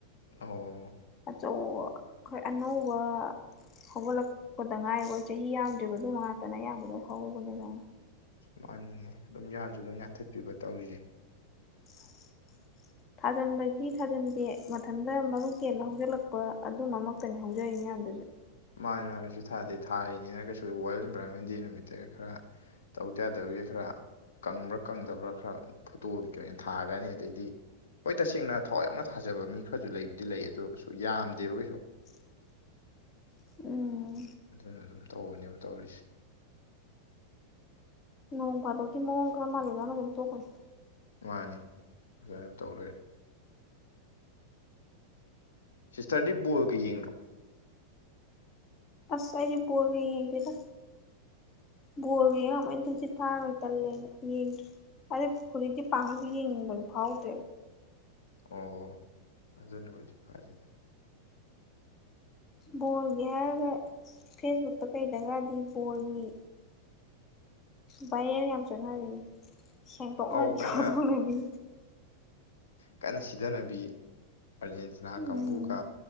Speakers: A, on the left; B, on the left.
A: ꯑꯣ ꯑꯣ
B: ꯑꯆꯧ ꯑꯩꯈꯣꯏ ꯑꯅꯧꯕ ꯍꯧꯒꯠꯂꯛꯄꯗ ꯉꯥꯏꯔꯤꯕ ꯆꯍꯤ ꯌꯥꯝꯗ꯭ꯔꯤꯕ ꯑꯗꯨꯒꯨꯝꯕ ꯉꯥꯛꯇꯅ ꯑꯌꯥꯝꯕ ꯂꯣꯏ ꯍꯧꯍꯧꯕꯅꯦꯕ
A: ꯃꯥꯅꯤꯅꯦ ꯑꯗꯨꯝ ꯌꯥꯟꯁꯨ ꯑꯗꯨꯝ ꯌꯥꯟꯊꯠꯄꯤꯕ ꯇꯧꯔꯤꯁꯦ
B: <inaudible> ꯊꯥꯖꯤꯟꯕꯗꯤ ꯊꯥꯖꯤꯟꯗꯦ ꯃꯊꯟꯇ ꯃꯔꯨ ꯀꯦꯅ ꯍꯧꯖꯤꯜꯂꯛꯄ ꯑꯗꯨꯝꯕꯃꯛꯇꯅꯤ ꯍꯧꯖꯔꯤ ꯃꯌꯥꯝꯁꯦ ꯑꯗꯨꯁꯨ
A: ꯃꯥꯅꯦ ꯃꯥꯅꯦ ꯀꯩꯁꯨ ꯊꯥꯗꯦ ꯊꯥꯔꯤꯅꯦꯅ ꯀꯩꯁꯨ ꯋꯥꯔꯜ ꯏꯟꯚꯥꯏꯔꯣꯟꯃꯦꯟ ꯗꯦ ꯅꯨꯃꯤꯠꯇꯒ ꯈꯔ ꯇꯧꯗ ꯌꯥꯗꯕꯒꯤ ꯈꯔ ꯀꯪꯕ꯭ꯔꯥ ꯀꯪꯗꯕ꯭ꯔꯥ ꯈꯔ ꯐꯨꯛꯇꯣꯑꯒ ꯀꯔꯤꯅꯣ ꯊꯥꯈ꯭ꯔꯅꯤ ꯑꯗꯩꯗꯤ ꯍꯣꯏ ꯇꯁꯦꯡꯅ ꯊꯋꯥꯏ ꯌꯥꯎꯅ ꯊꯥꯖꯕ ꯃꯤ ꯈꯔꯁꯨ ꯂꯩꯕꯨꯗꯤ ꯂꯩ ꯑꯗꯨꯁꯨ ꯌꯥꯝꯗꯦꯕ ꯀꯩꯁꯨ
B: <inaudible> ꯎꯝ
A: ꯑꯗꯨꯅ ꯑꯗꯨꯝ ꯇꯧꯕꯅꯦꯕ ꯇꯧꯔꯤꯁꯦ
B: ꯃꯣꯡꯐꯥꯗꯣꯛ ꯀꯤ ꯃꯑꯣꯡ ꯈꯔ ꯃꯥꯜꯍꯜꯂꯝꯃꯒ ꯇꯣꯛꯈ꯭ꯔꯅꯤ
A: ꯃꯥꯅꯤ ꯑꯗꯨꯃꯥꯏꯅ ꯇꯧ ꯂꯩꯔꯦ ꯁꯤꯁꯇꯔꯗꯤ ꯕꯣꯜꯒ ꯌꯦꯡꯗ꯭ꯔꯣ
B: ꯑꯁ ꯑꯩꯗꯤ ꯕꯣꯜꯒ ꯌꯦꯗꯦꯗ ꯕꯣꯜꯒ ꯌꯦꯡꯉꯒ ꯑꯃꯨꯛ ꯍꯦꯟꯅ ꯇꯨꯝꯁꯤꯠ ꯊꯥꯔꯣꯏ ꯇꯜꯂꯦꯅ ꯌꯦꯡꯗꯦ ꯍꯧꯖꯤꯛꯇꯤ ꯄꯥꯛꯅꯁꯨ ꯌꯦꯡꯅꯤꯡꯕꯗꯣ ꯐꯥꯎꯗꯦ
A: ꯑꯣ ꯑꯗꯨꯅꯕꯨꯗꯤ ꯐꯔꯦꯗ
B: ꯕꯣꯜꯒꯤ ꯍꯥꯏꯔꯒ ꯐꯦꯁꯕꯨꯛꯇ ꯀꯩꯔꯤꯗꯒꯇꯤ ꯕꯣꯜꯒꯤ ꯚꯥꯏꯔꯦꯜ ꯌꯥꯝ ꯆꯠꯅꯕꯅꯤ ꯁꯦꯡꯗꯣꯛꯅꯕꯤ
A: ꯑꯧ ꯀꯟꯅ
B: ꯈꯣꯠꯇꯣꯛꯅꯕꯤ
A: ꯀꯟꯅ ꯁꯤꯊꯅꯕꯤ ꯑꯥꯔꯖꯦꯟꯇꯤꯅꯥ
B: ꯎꯝ
A: ꯀꯥꯡꯕꯨꯒ